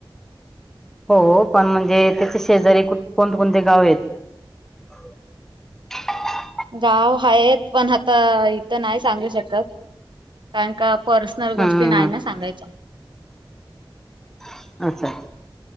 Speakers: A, in the centre; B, on the right (about 65°).
A: हो पण म्हणजे त्याचे शेजारी कोणते-कोणते गाव आहेत? <inaudible>
B: गाव आहेत पण आता इथं नाही सांगू शकत <inaudible> कारण का पर्सनल
A: हम्म
B: गोष्टी नाही
A: हम्म
B: ना सांगायच्या.
A: अच्छा, अच्छा.